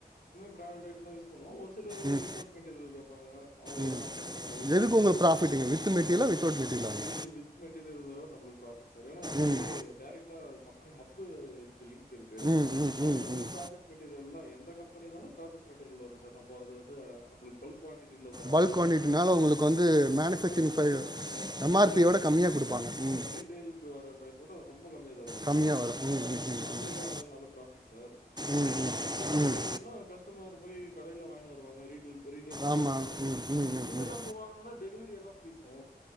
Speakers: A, on the left (about 65°); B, on the right (about 25°).
A: பிராண்டு ஐட்டம் தான் யூஸ் பண்ணோ ஒரு சிலரு
B: ம்
A: வித்தவுட் மெட்டீரியல் கேப்பாங்க அவுங்களே
B: ம்
A: வாங்கி தர மாரி
B: எதுக்கு உங்களுக்கு ப்ராஃபிட்டுங்க வித் மெட்டீரியலா வித்தவுட் மெட்டீரியலாங்க
A: நம்மளுக்கு வித் மெட்டீரியல் நமக்கு ப்ராபிட் சரியானா நம்மளுக்கு
B: ம்
A: டேரக்ட்டா கம்பெனி ஹப்பு இருக் கு லிங்க் இருக்கு
B: ம் ம்
A: அங்க
B: ம்
A: நம்மளுக்கு
B: ம்
A: ப்ராஜெக்ட் மெட்டீரியல் எல்லாம் எந்த கம்பனி இந்தாலும் ப்ராஜெக்ட் மெட்டீரியல் வரும் து நம்ப அதுக்கு நம்மளுக்கு பல்க்கு குவான்டிட்டில தருவாங்க
B: பல்க் குவான்டிட்டினால
A: கம் ப்ரைஸும்
B: உங்களுக்கு வந்து மேனுஃபேக்சரிங்
A: பிரைஸ் ரொம்ப
B: சைடு
A: கம்மியா வரும் ஆமா
B: எம்ஆர்பியோட
A: ரீடைல்
B: கம்மியாக கொடுப்பாங்க
A: ஆமா
B: ம்
A: ரீடைல் வர பிரைஸ் ஓட ரொம்ப கம்மியா தருவாங்க
B: கம்மியாக வரும் ம் ம் ம்
A: நம்மளுக்கு அதுல நல்லா ப்ராபிட் சார்
B: ம் ம் ம்
A: வித் மெட்டீரியல்னா
B: ம்
A: கஸ்டமர் போயி கடையில வாங்கினு வருவாங்க ரீட் டில் ரீட்டைல் பிரைஸ்க்கு
B: ஆமாம் ம் ம் ம்
A: இது
B: ம்
A: நம்மோ வாங்கனுன்னா டெலிவரி எல்லாம் ப்ளீஸ் சார்